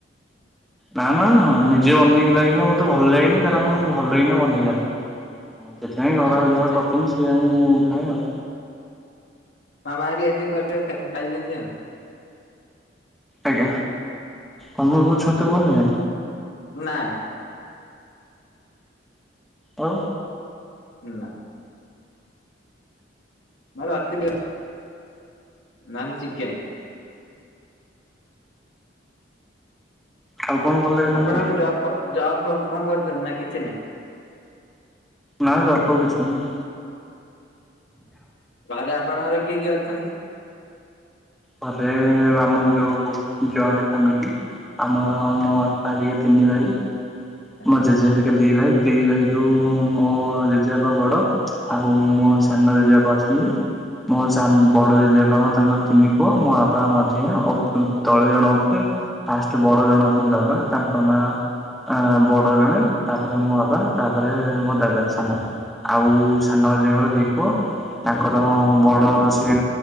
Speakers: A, in the centre; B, on the left.
A: ନା ନା ନିଜେ ବନେଇକି ଲାଗିଲେ ମତେ ଭଲ ଲାଗେନି କାରଣ ମୁଁ ଭଲ କିଇନା ବନେଜାଣିିନି। ସେଥିପାଇଁ ଘର
B: ଆଚ୍ଛା
A: ଯାହା କରୁଛନ୍ତି ସେଏ ମୁଁ ଖାଏ ଆଉ।
B: ମାମା ହେରିକା ଯିଏ କରିଦିଅନ୍ତି ତାକୁ ଖାଇଦିଅନ୍ତି ଆଉ।
A: ଆଜ୍ଞା କମଲପୁର ଛତୁ ଭଲିଲା।
B: ନାଇଁ।
A: ଆଉ
B: ନା ମୋର ଅଛି ଡି ନହେଲେ ଚିକେନ୍।
A: ଆଉ କଣ ଭଲ ଲାଗେ
B: ଆପଣ
A: ତମକୁ
B: ଜବ ଫବ ଜବ ଫବ କଣ କରୁଛନ୍ତି ନା କିଛି ନାହିଁ?
A: ନା ଜବ ଫବ କିଛି ନାହିଁ।
B: ଘରେ ଆପଣଙ୍କର କିଏ କିଏ ଅଛନ୍ତି?
A: ଘରେ ଆମ ଯୋଉ ବହୁ ଜଏଣ୍ଟ୍ ଫାମିଲି ଆମର ମୁଁ
B: ଆ
A: ବାପା ତିନି ଭାଇ
B: ଆଚ୍ଛା
A: ମୋ ଜେଜେ ହେରିକା ଦି ଭାଇ। ଦି ଭାଇରୁୁ ମୋ ଜେଜେବାପା ବଡ ଆଉ ମୋ
B: ଆଚ୍ଛା
A: ସାନ ଜେଜେବାପ ଅଛ ମୋର ସାନ୍ ବଡ ଜେଜେ କଣ ତାଙ୍କର ତିନି ପୁଅ ମୋ ବାବା ମଝିଆ ଅ ତଳେ ଜଣେଉଥିଲେ ଫାଷ୍ଟ ବଡ ଜଣ ଅଛନ୍ତି ବାବା ତାଙ୍କ ନାଁ ବଡ ଜଣେ ତାପରେ ମୋ ବାବା
B: ଆଚ୍ଛା
A: ତାପରେ ମୋ ଦାଦା ସାନ ଆଉ ସାନଜେଙ୍କର ଦି ପୁଅ। ତାଙ୍କର ବଡ ସେ